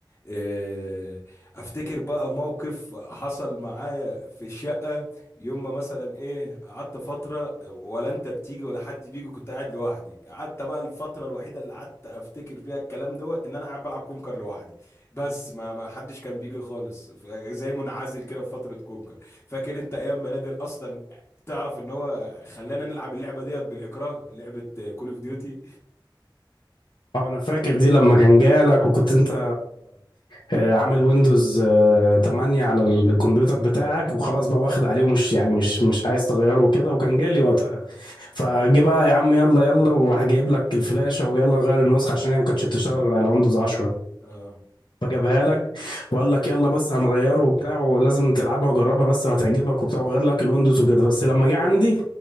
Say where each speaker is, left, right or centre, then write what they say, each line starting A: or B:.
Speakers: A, on the left (about 30°); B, on the left (about 65°).
A: آه، افتكر بقى موقف حصل معايا في الشقة يوم ما مثلا ايه قعدت فتره ولا انت بتيجي ولا حد بيجي كنت قاعد لوحدي قعدت بقى الفتره الوحيده اللي قعدت افتكر فيها الكلام ده ان انا قاعد بلعب كونكر لوحدي بس ما ما حدش كان بيجي خالص ف- زي منعزل كده في فتره كونكر فاكر انت ايام ما نادر اصلا تعرف ان هو خلانا نلعب اللعبه ديت بالاكراه لعبه كول اوف ديوتي
B: اه انا فاكر دي لما كان جالك وكنت انت آه، عامل ويندوز آه، 8 على الكمبيوتر بتاعك وخلاص بقى واخد عليه ومش يعني مش مش عايز تغيره وكده وكان جالي وقتها فجي بقى يا عم يلا يلا وهجيب لك الفلاشة ويلا غير النسخة عشان هي ما كانتش بتشتغل غير على ويندوز 10
A: اه
B: فجابها لك وقال لك يلا بس هنغيره وبتاع ولازم تلعبها وجربها بس وهتعجبك وبتاع وغير لك الويندوز وكده بس لما جه عندي